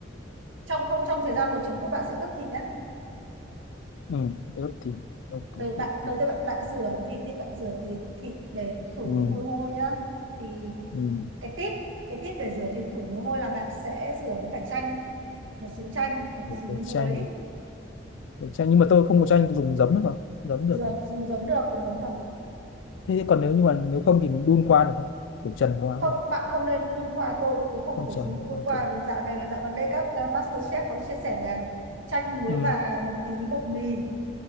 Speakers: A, on the right; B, on the left.
A: trong không trong thời gian luộc trứng cút bạn sẽ ướp thịt nhé
B: ừ. ướp thịt ok
A: ừ, bạn
B: ướp thịt
A: đầu tiên bạn bạn rửa thịt đi bạn rửa thịt thịt để khử
B: ừ.
A: cái mùi hôi nhá thì
B: ừ.
A: cái tip cái tip để rửa thịt khử mùi hôi là bạn sẽ rửa với cả chanh một xíu chanh một
B: được
A: xíu
B: cái
A: muối
B: chanh được chanh nhưng mà tôi không có chanh tôi dùng giấm được không giấm được
A: dược dùng giấm được dùng giấm được
B: thế thì còn nếu như mà nếu không thì mình đun qua được không kiểu trần qua
A: không
B: được
A: bạn không nên đun khoa tôi tôi không
B: không
A: cổ
B: trần
A: suý đun
B: ok
A: khoa vì dạo này dạo gần đây các uh, MasterChef có chia sẻ là chanh muối
B: ừ.
A: và một tí bột mì